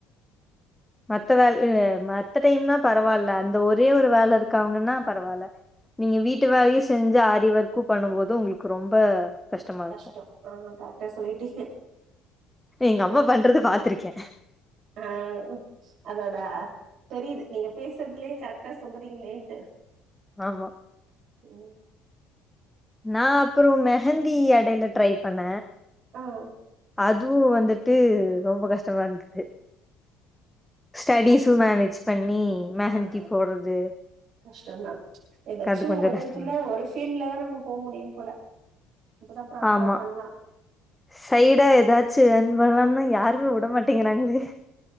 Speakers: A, in the centre; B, on the right (about 45°).
A: மத்த வே மத்த டைம்னா பரவால அந்த ஒரே ஒரு வேல இருக்கவுங்கன்னா பரவால நீங்க வீட்டு வேலயு செஞ்சு ஆரி ஒர்க்கும் பண்ணும்போது உங்களுக்கு ரொம்ப கஷ்டமா
B: கஷ்டோ
A: இருக்கு
B: ஆஹ் கரெக்டா சொல்லிட்டீங்க
A: எங்க
B: ரொம்ப
A: அம்மா பண்றது பாத்திருக்கே
B: ஆஹ் அதோட தெரியுது நீங்க பேசுறதுலயே கரெக்ட்டா சொல்றீங்களேன்ட்டு
A: ஆமா
B: ஓ
A: நா அப்புறோ மெஹந்தி எடைல ட்ரை பண்ண
B: ஆஹொ
A: அதுவும் வந்துட்டு ரொம்ப கஷ்டமா இருந்தது ஸ்டடிஸு
B: அது
A: மேனேஜ் பண்ணி மெஹந்தி
B: ஆஹ்
A: போட்றது
B: கஷ்டம் தான் ஏதாச்சும்
A: அது கொஞ்சோ
B: ஒரு
A: கஷ்டமா
B: இதுல
A: இருக்கு.
B: ஒரு ஃபீல்ட்லதா நம்ம போ முடியு போல அப்பதா ப்ராப்பரா
A: ஆமா
B: பண்லா
A: சைடா ஏதாச்சு இவங்கதா யாருமே விட மாட்டேங்கிறாங்களே